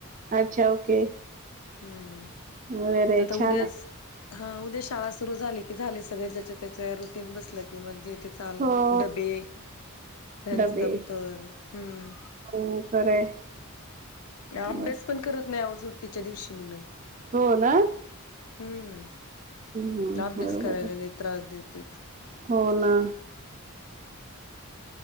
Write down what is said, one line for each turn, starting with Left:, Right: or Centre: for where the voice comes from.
Right: अच्छा ओके
Left: हम्म
Right: वगैरे आहे
Left: आता
Right: छान
Left: उद्या
Right: आहे.
Left: हा उद्या शाळा सुरु झाली की झाली सगळे ज्याच्या त्याच्या रुटीन बसलं की मग जे ते चालू
Right: हो
Left: डबे त्यांच
Right: डबे
Left: दप्तर हम्म
Right: हो खरं आहे.
Left: अभ्यास
Right: बर
Left: पण करत नाही अहो. सुट्टीच्या दिवशी मुलं.
Right: हो ना.
Left: हम्म
Right: हम्म,
Left: अभ्यास
Right: बरोबर
Left: करायला
Right: आहे.
Left: लय त्रास देत्यात.
Right: हो ना.